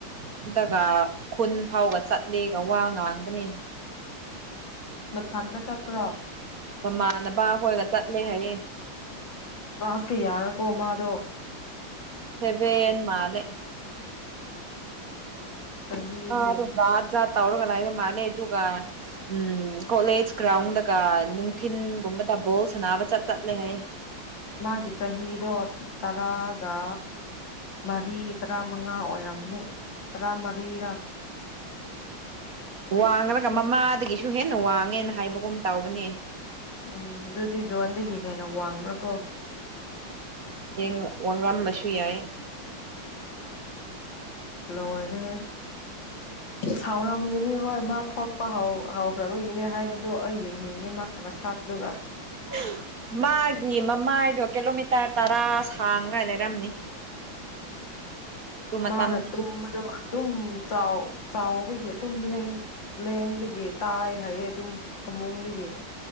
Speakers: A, on the right; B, on the left.
A: ꯑꯗꯨꯒꯒ ꯈꯨꯟ ꯐꯥꯎꯒ ꯆꯠꯂꯦꯒ ꯋꯥ ꯉꯥꯡꯒꯅꯤ
B: ꯃꯊꯟꯗ ꯆꯠꯄ꯭ꯔꯣ
A: ꯃꯃꯥꯟꯅꯕ ꯈꯣꯏꯒ ꯆꯠꯂꯦ ꯍꯥꯏꯌꯦ
B: ꯀ꯭ꯂꯥꯁꯀ ꯌꯥꯔꯀꯣ ꯃꯥꯗꯣ
A: ꯁꯦꯕꯦꯟ ꯃꯥꯟꯂ‌ꯦ
B: ꯆꯍꯤꯗꯤ
A: ꯑ ꯑꯗꯨ ꯖꯥꯠ ꯖꯥꯠ ꯇꯧꯔꯒꯂ ꯂꯩꯕ ꯃꯥꯂꯦ ꯑꯗꯨꯒ ꯎꯝ ꯀꯣꯂꯦꯖ ꯒ꯭ꯔꯥꯎꯟꯗꯒ ꯅꯨꯡꯊꯤꯤꯟꯒꯨꯝꯕꯗ ꯕꯣꯜ ꯁꯥꯟꯅꯕ ꯆꯠ ꯆꯠꯂꯦ ꯍꯥꯏꯌꯦ
B: ꯃꯥꯒꯤ ꯆꯍꯤꯗꯣ ꯇꯔꯥꯒ ꯃꯔꯤ ꯇꯔꯥꯃꯉꯥ ꯑꯣꯏꯔꯝꯅꯤ ꯇꯔꯥꯃꯔꯤꯔꯥ
A: ꯋꯥꯡꯉꯔꯒ ꯃꯃꯥꯗꯒꯤꯁꯨ ꯍꯦꯟꯅ ꯋꯥꯡꯉꯦꯅ ꯍꯥꯏꯕꯒꯨꯝ ꯇꯥꯎꯕꯅꯦ
B: ꯎꯝ ꯑꯗꯨꯗꯤ ꯖꯣꯟꯗꯒꯤ ꯍꯦꯟꯅ ꯋꯥꯡꯕ꯭ꯔꯥꯀꯣ
A: ꯂ‌ꯦꯡꯉ ꯋꯥꯡꯂꯝꯕꯁꯨ ꯌꯥꯏ
B: ꯂꯣꯏꯔ‌ꯦꯍ‌ꯦ ꯁꯥꯎꯔꯝꯒꯅꯤ ꯍꯣꯏ ꯃꯥ ꯊꯣꯛꯄ ꯍꯧ ꯍꯧꯈ꯭ꯔꯕꯒꯤꯅꯦ ꯍꯥꯏꯕꯗ‌ꯣ ꯑꯩ ꯌꯦꯡꯅꯤꯡꯉꯦ ꯃꯥꯒꯤ ꯃꯁꯥꯛꯇꯨꯒ
A: <inaudible> ꯃꯥꯒꯤ ꯃꯃꯥꯏꯗꯣ ꯀꯤꯂꯣꯃꯤꯇꯔ ꯇꯔꯥ ꯁꯥꯡꯅ ꯂꯩꯔꯝꯅꯤ ꯑꯗꯨ ꯃꯇꯝꯗꯨꯗꯤ
B: ꯃꯥꯅ ꯇꯨꯝꯕ ꯑꯗꯣ ꯑꯗꯨꯝ ꯆꯥꯎ ꯆꯥꯎꯕꯒꯤ ꯑꯗꯨꯂ‌ꯦꯡ ꯂꯦꯡꯗꯒꯤ ꯇꯥꯏ ꯍꯥꯏꯌꯦ ꯑꯗꯨꯝ ꯐꯃꯨꯡꯗꯒꯤ